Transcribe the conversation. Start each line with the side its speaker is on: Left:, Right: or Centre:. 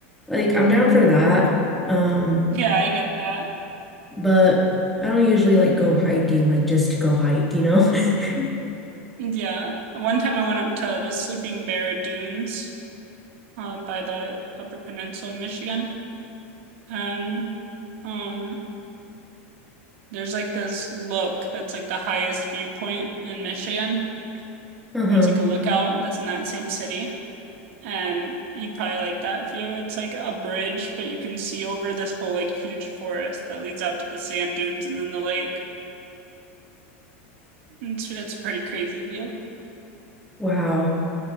Centre: Like I'm down for that. Um,
Right: Yeah, I get that.
Centre: but I don't usually like go hiking like just to go hike, you know? <laughs>
Right: Yeah, one time I went up to the Sleeping Bear Dunes uh, by the Upper Peninsula of Michigan. And um, there's like this look that's like the highest viewpoint in Michigan.
Centre: Uh-huh.
Right: Or It's like a lookout that's in that same city. And you probably like that view. It's like a bridge, but you can see over this whole like huge forest that leads out to the sand dunes and then the lake. It's it's a pretty crazy view.
Centre: Wow.